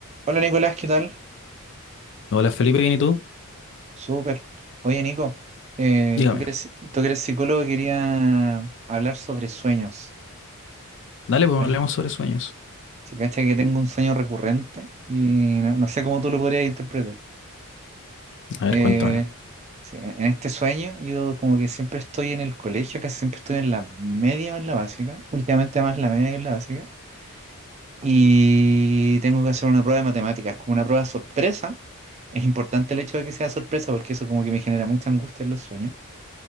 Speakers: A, on the right; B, on the left.
A: Hola Nicolás, ¿qué tal?
B: Hola Felipe, ¿bien y tú?
A: Súper. Oye Nico, eh,
B: Dígame.
A: tú que eres, tú que eres psicólogo, quería hablar sobre sueños.
B: Dale, pues
A: A
B: hablemos
A: ver,
B: sobre sueños.
A: Si cacha que tengo un sueño recurrente y no, no sé cómo tú lo podrías interpretar.
B: A ver,
A: Eh,
B: cuéntame.
A: sí, e-, en este sueño yo como que siempre estoy en el colegio, casi siempre estoy en la media o en la básica, últimamente más la media que en la básica, y tengo que hacer una prueba de matemáticas, como una prueba sorpresa. Es importante el hecho de que sea sorpresa porque eso como que me genera mucha angustia en los sueños.